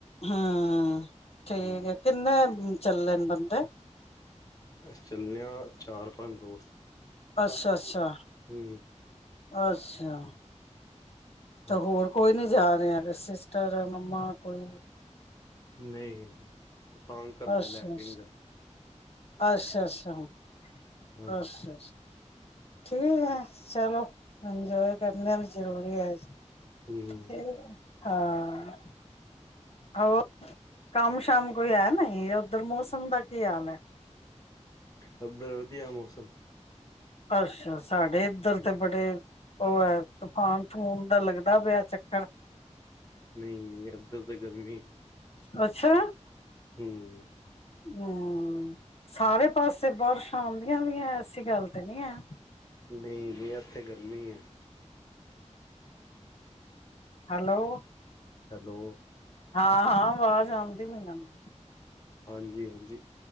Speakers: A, on the left; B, on the left.
A: ਹਾਂ ਠੀਕ
B: ਹੂੰ
A: ਹੈ ਕਿੰਨੇ ਚੱਲੇ ਨੇ ਬੰਦੇ
B: ਅਸੀ ਚਲੇ ਆ ਚਾਰ ਪੰਜ ਦੋਸਤ
A: ਅੱਛਾ ਅੱਛਾ
B: ਹੂੰ
A: ਅੱਛਾ
B: ਹਾਂਜੀ
A: ਤਾਂ ਹੋਰ ਕੋਈ ਨਹੀਂ ਜਾਂ ਰਿਹਾ ਕਿ ਸਿਸਟਰ ਮੰਮਾ ਕੋਈ
B: ਨਹੀਂ ਨਹੀਂ ਤੰਗ ਕਰਦੇ
A: ਅੱਛਾ
B: ਲੈ ਕੇ ਨਹੀਂ ਜਾਦੇ
A: ਅੱਛਾ ਅੱਛਾ ਅੱਛਾ
B: ਹਾਂਜੀ
A: ਅੱਛਾ ਠੀਕ ਹੈ ਚਲੋ ਇੰਜੋਏ ਕਰਨਾ ਵੀ ਜ਼ਰੂਰੀ ਹੈ
B: ਹੂੰ
A: ਇਹ ਹਾਂ ਹੋਰ ਕੰਮ ਸ਼ਮ ਕੋਈ ਹੈ ਨਈ ਉੱਧਰ ਮੌਸਮ ਦਾ ਕੀ ਹਾਲ ਹੈ
B: ਸਮਦਰ ਵਧੀਆ ਮੌਸਮ
A: ਅੱਛਾ ਸਾਡੇ ਇੱਧਰ ਤੇ ਬੜੇ ਉਹ ਹੈ ਤੂਫਾਨ ਤਫੂਨ ਦਾ ਲੱਗਦਾ ਪਿਆ ਚੱਕਰ
B: ਨਹੀਂ ਨਹੀਂ ਇੱਧਰ ਤਾਂ ਗਰਮੀ
A: ਅੱਛਾ।
B: ਹੂੰ
A: ਹਮ ਸਾਰੇ ਪਾਸੇ ਬਾਰਸ਼ਾ ਆਦੀਆ ਪਿਆ ਐ ਐਸੀ ਗੱਲ ਤੇ ਨੀ ਹੈ।
B: ਨਈ ਜੀ ਐਥੇ ਗਰਮੀ ਐ।
A: ਹੈਲੋ
B: ਹੈਲੋ
A: ਹਾਂ ਹਾਂ ਆਵਾਜ ਆਂਦੀ ਪੀ ਨੂੰ।
B: ਹਾਂਜੀ ਹਾਂਜੀ।